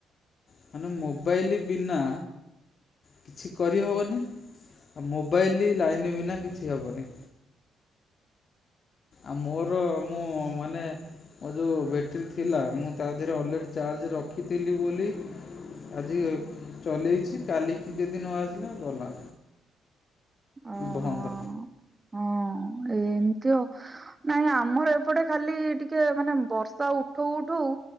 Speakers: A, on the left; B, on the right.
A: ମାନେ ମୋବାଇଲ୍ ବିନା କିଛି କରିହବନି। ତ ମୋବାଇଲ୍ ଲାଇନ୍‌ ବିନା କିଛି ହବନି। ଆଉ ମୋର ମୁଁ ମାନେ ମୋ ଯୋଉ ଟେଟିରୀ ଥିଲା ମୁଁ ତା ଦେହରେ ଅଲରେଡ଼ି ଚାର୍ଜ ରଖିଥିଲି ବୋଲି ଆଜି ଚଲେଇଛି କାଲିକି ଯଦି ନ ଆସିଲା ଗଲା।
B: ଅହ
A: ବନ୍ଦ।
B: ହଁ ଏମ୍ ତି ଆଉ ନାଇଁ ଆମର ଏପଟେ ଖାଲି ଟି ଟିକେ ମାନେ ବର୍ଷା ଉଠଉ ଉଠଉ